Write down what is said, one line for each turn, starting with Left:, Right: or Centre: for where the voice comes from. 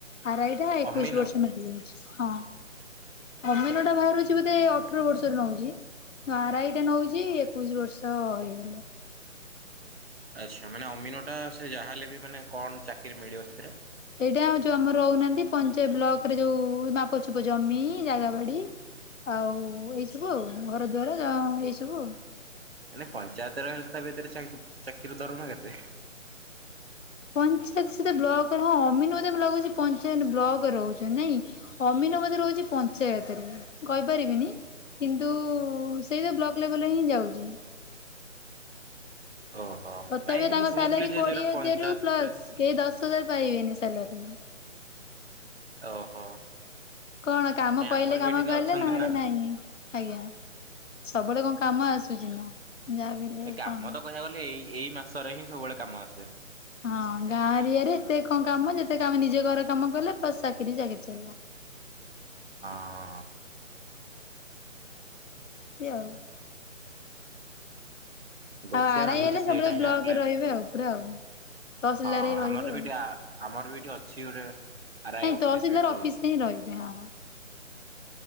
Left: ଆର୍ ଆଇ ଟା ଏକୋଇଶି
Right: ଅମିନ
Left: ବର୍ଷ ମାଗି। <unintelligible> ହଁ, ଅମିନ ଟା ବାହାରୁଛି ବୋଧେ ଅଠର ବର୍ଷରେ ନଉଛି। ଆର ଆଇ ଟା ନଉଛି ଏକୋଇଶି ବର୍ଷ ହେଇଗଲେ।
Right: ଆଚ୍ଛା ମାନେ ଅମିନ ଟା ସେ ଯାହା ହେଲେ ବି କଣ ଚାକିରି ମିଳିବ ସେଥିରେ?
Left: ସେଇଟା ଯୋଉ ଆମର ରହୁନାହାନ୍ତି ପଞ୍ଚାୟତ ବ୍ଲକରେ ଯୋଉ ମାପଚୁପ ଜମି, ଜାଗା ବାଡି ଆଉ ଏଇ ସବୁ ଆଉ ଘର ଦୁଆର ଏଇ ସବୁ ଆଉ।
Right: ନା ପଞ୍ଚାୟତ ର ହେଲେ ତା ଭିତରେ ଚାକିରିର ଦରମା କେତେ?
Left: ପଞ୍ଚାୟତ ସେଟା ବ୍ଲକରେ ହଁ ଅମିନ ମତେ ଲାଗୁଛି ପଞ୍ଚାୟତ ବ୍ଲକ ରେ ରହୁଛି ନାଇଁ କି? ଅମିନ ବୋଧେ ରହୁଛି ପଞ୍ଚାୟତରେ, କହିପାରିବିନି କିନ୍ତୁ ସେଇ ତ ବ୍ଲକ୍ ଲେବଲରେ ହିଁ ଯାଉଛି।
Right: ଓହୋ
Left: ତଥାପି
Right: ନାଇଁ ଏଇଠି
Left: ତାଙ୍କ
Right: ମୁଁ ଶୁଣୁଥିଲି
Left: ସାଲାରୀ
Right: ଯେ
Left: କୋଡିଏ
Right: ଯୋଉଟା
Left: ହଜାରରୁ
Right: ପଞ୍ଚାୟତ
Left: ପ୍ଲସ କେହି ଦଶ ହଜାର ପାଇବେନି ସାଲାରୀ।
Right: ଓହୋ।
Left: କଣ କାମ
Right: ନାଇଁ
Left: ପଇଲେ
Right: ଆମର
Left: କାମ
Right: ବି ଏଠି
Left: କଲେ
Right: ଅଛନ୍ତି
Left: ନହେଲେ
Right: ନା
Left: ନାଇଁ। ଆଜ୍ଞା ସବୁଆଡେ କଣ କାମ ଆସୁଚି ନା ଯାହା ବି ହେଲେ
Right: ଏ କାମ
Left: କଣ
Right: ତ କହିବାକୁ ଗଲେ ଏଇ ଏଇ ମାସରେ ହିଁ ସବୁବେଳେ କାମ ଆସେ।
Left: ହଁ ଗାଁ ଏରିଆରେ ଏତେ କଣ କାମ ଯେତେ କାମ ନିଜ ଘର କାମ କଲେ ପ୍ଲସ ଚାକିରି କି ଚାକିରି ଚାଲିଲା।
Right: ହଁ।
Left: ଏମିତି ଆଉ।
Right: ଦେଖିବା
Left: ଆଉ ଆରାଇ
Right: ଭାବୁଚି
Left: ହେଲେ
Right: ସେଇଟା
Left: ସବୁବେଳେ
Right: ହିଁ
Left: ବ୍ଲକରେ
Right: ଆପ୍ଲାଇ
Left: ରହିବେ
Right: ପକେଇ
Left: ଆଉ ପୁରା ଆଉ। ତହସିଲଦାର
Right: ହଁ
Left: ହେଇ ରହିବେ
Right: ଆମର
Left: ଆଉ
Right: ବିି ଆମର ବି ଏଠି ଅଛି ଗୋଟେ ଆର୍
Left: ନାଇଁ
Right: ଆଇ ଅଫିସ୍
Left: ତହସିଲଦାର
Right: ବି ଏଇଠି ରୋହୂଚି।
Left: ଅଫିସରେ ହିଁ ରହିବେ ହଁ।